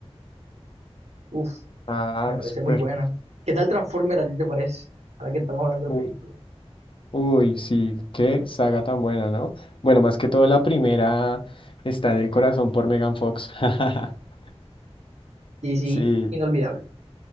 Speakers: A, on the right; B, on the left.
A: uf,
B: Ah,
A: me parece
B: súper.
A: muy buena. ¿Qué tal Transformer a ti te parece? Ahora que estamos hablando de
B: U-
A: películas.
B: Uy, sí, qué saga tan buena, ¿no? Bueno, más que todo la primera está en el corazón por Megan Fox. <laughs>
A: Sí, sí,
B: Sí.
A: inolvidable.